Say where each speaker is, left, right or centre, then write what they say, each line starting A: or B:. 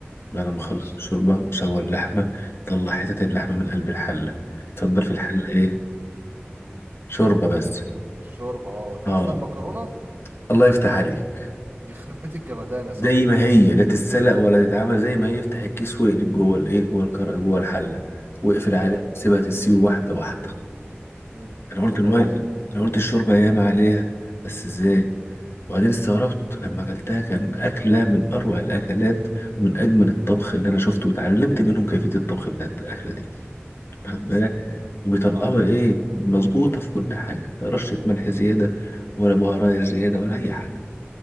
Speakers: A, on the left; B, on the right.
A: بعد ما
B: ماشي
A: خلص الشوربة وسوى اللحمة طلع حتة اللحمة من قلب الحلة اتفضل في الحلة
B: الله
A: ايه
B: مم.
A: شوربة بس
B: الشوربة اه ويحط
A: اه
B: فيها المكرونة
A: الله يفتح عليك
B: يخرب بيت الجمدان يا صاحبي
A: زي ما هي لا تتسلق ولا تتعمل زي ما هي افتح الكيس واقلب جوه الايه جوه الكر جوه الحلة واقفل
B: جامد
A: عليه سيبها تسيب واحدة واحدة
B: مم.
A: انا
B: تاخد
A: قلت المية
B: وقتها
A: انا قلت الشوربة ياما عليها بس ازاي
B: مم.
A: وبعدين استغربت لما اكلتها كان اكله من اروع الاكلات ومن اجمل الطبخ اللي انا شفته وتعلمت منهم كيفيه الطبخ بتاعت الاكله دي واخد
B: يا
A: بالك
B: سلام
A: وبيطلعوا
B: الله عليك
A: ايه مظبوطة في كل حاجة لا رشة ملح زيادة ولا بهارات زيادة ولا أي حاجة